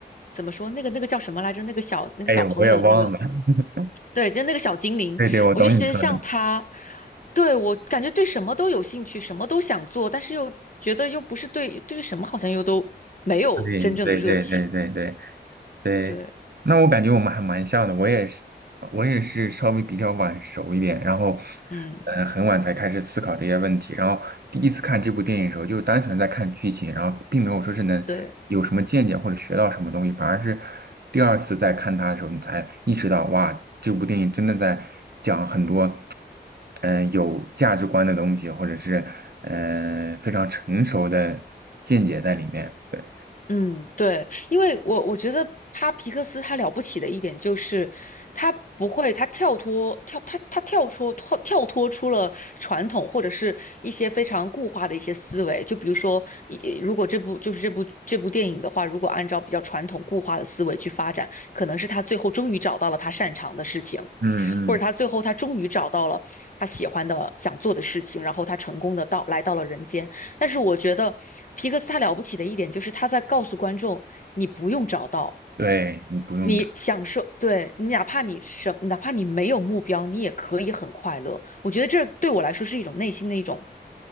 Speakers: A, on the left; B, on the right.
A: 怎么说，那个那个叫什么来着？那个小那个小朋友的那个。
B: 哎，我也忘了，<laughs>
A: 对，就那个小精灵，
B: 对对，我懂你说的。
A: 我就觉得像他，对，我感觉对什么都有兴趣，什么都想做，但是又觉得又不是对对什么好像又都没有真正的热情。
B: 对对对对对对对，
A: 对，
B: 那我感觉我们还蛮像的，我也是，我也是稍微比较晚熟一点，然后，
A: 嗯，
B: 呃，很晚才开始思考这些问题，然后第一次看这部电影的时候，就单纯在看剧情，然后并没有说是能有什么见解或者学到什么东西，
A: 对。
B: 反而是第二次再看它的时候，你才意识到，哇，这部电影真的在讲很多，嗯、有价值观的东西，或者是，呃，非常成熟的见解在里面，对。
A: 嗯，对，因为我我觉得他皮克斯他了不起的一点就是他不会，他跳脱跳他他跳出跳跳脱出了传统或者是一些非常固化的一些思维，就比如说，一如果这部就是这部这部电影的话，如果按照比较传统固化的思维去发展，可能是他最后终于找到了他擅长的事情。
B: 嗯嗯，
A: 或者他最后他终于找到了他喜欢的、想做的事情，然后他成功的到来到了人间。但是我觉得皮克斯他了不起的一点就是他在告诉观众，你不用找到。
B: 对你不用炸，
A: 你享受，对，你哪怕你什，哪怕你没有目标，你也可以很快乐。我觉得这对我来说是一种内心的一种，